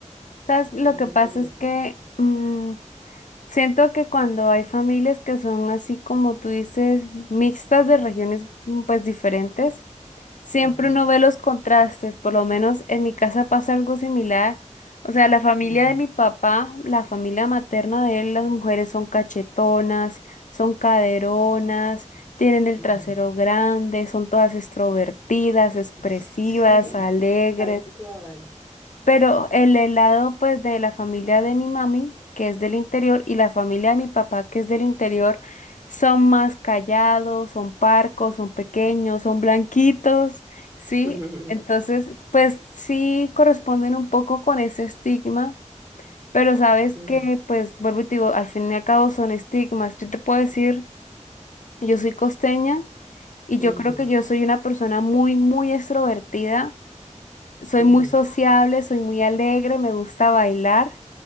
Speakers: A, on the left (about 75°); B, on the right (about 25°).
A: ¿Sabes? Lo
B: Es
A: que
B: muy
A: pasa
B: curiosa.
A: es que mm, siento que cuando hay familias que son así como tú dices, mixtas de regiones mm, pues diferentes, siempre
B: Ajá.
A: uno ve los contrastes. Por lo menos en mi casa pasa algo similar. O sea, la familia
B: ujú,
A: de mi papá, la familia materna de él, las mujeres son cachetonas, son caderonas, tienen el
B: ujú.
A: trasero grande, son todas extrovertidas, expresivas,
B: <laughs> Sí,
A: alegres
B: tal cual.
A: Pero el helado, pues, de la familia de mi mami, que es del interior, y la familia de mi papá, que es del interior, son más callados, son parcos, son pequeños, son blanquitos, ¿sí?
B: <laughs>
A: Entonces, pues sí corresponden un poco con ese estigma, pero sabes
B: Ujú,
A: que, pues, vuelvo y te digo, al fin y al cabo son estigmas. Yo te puedo decir, yo soy costeña y yo
B: ujú,
A: creo que yo soy una persona muy, muy extrovertida soy
B: ujú.
A: muy sociable, soy muy alegre, me gusta bailar,